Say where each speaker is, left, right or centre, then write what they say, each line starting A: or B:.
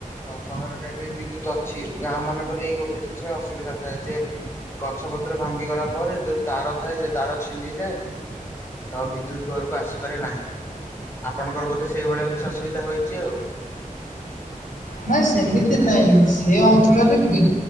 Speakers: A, on the left; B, on the left.
A: ସହରରେ ଏବେ ବିଦ୍ୟୁତ ଅଛି ଗାଁ ମାନଙ୍କରେ ଏଇ ଗୋଟେ ଜିନିଷ ଅସୁବିଧା ଥାଏ ଯେ ଗଛ ଗଛ ପତ୍ର ଭାଙ୍ଗି ଗଲା ପରେ ଯୋଉ ତାର ଥାଏ ସେ ତାର ଛିଣ୍ଡିଯାଏ। ତ ବିଦ୍ୟୁତ୍‌ ଘରକୁ ଆସିପାରେ ନାହିଁ। ଆପଣଙ୍କର ବୋଧେ ସେଇ ଭଳିଆ କିଛି ଅସୁବିଧା ହୋଇଛି ଆଉ।
B: ନାଇଁ ସେମିତି ନାଇଁ ସେ ଅଞ୍ଚଳରେ ବି